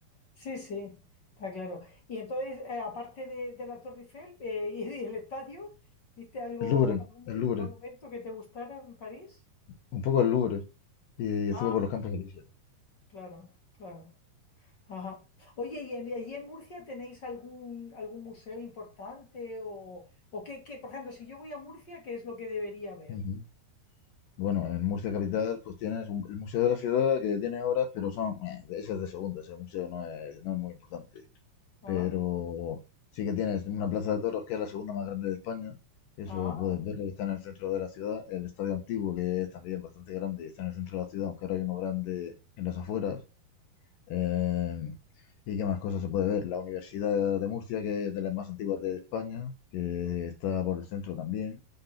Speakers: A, on the left (about 60°); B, on the left (about 75°).
A: Sí, sí, está claro. Y entonces, eh, aparte de, de la Torre Eiffel eh, y <laughs> y el estadio, ¿viste algo,
B: El Louvre,
A: algún
B: el Louvre,
A: monumento que te gustara en París?
B: un poco el Louvre. Y, y
A: Ah,
B: estuve por los Campos Elíseos.
A: claro, claro. Ajá. Oye, ¿y en, allí en Murcia tenéis algún, algún museo importante o, o qué, qué? Por ejemplo, si yo voy a Murcia, ¿qué es lo que debería ver?
B: Ujú. Bueno, en Murcia capital, pues tienes un- el Museo de la Ciudad que tiene obras, pero son, eh, de esas de segunda, ese museo no es, no es muy importante.
A: Ah,
B: pero sí que tienes una plaza de toros que es la segunda más grande de España. Eso
A: ah,
B: puedes verlo que está en el centro de la ciudad. El estadio antiguo, que es también bastante grande y está en el centro de la ciudad, aunque ahora hay uno grande en las afueras. Eh, ¿Y qué más cosas se puede ver? La Universidad de Murcia, que es de las más antiguas de España, que está por el centro también.